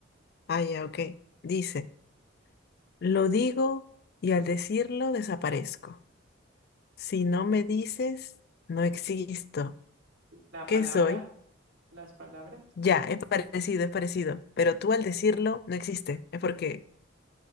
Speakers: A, on the left; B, on the right.
A: Ah, ya, ok. Dice, lo digo y al decirlo desaparezco. Si no me dices, no existo.
B: La
A: ¿Qué
B: palabra,
A: soy?
B: las palabras,
A: Ya, es parecido, es parecido. Pero tú al decirlo no existe. Es porque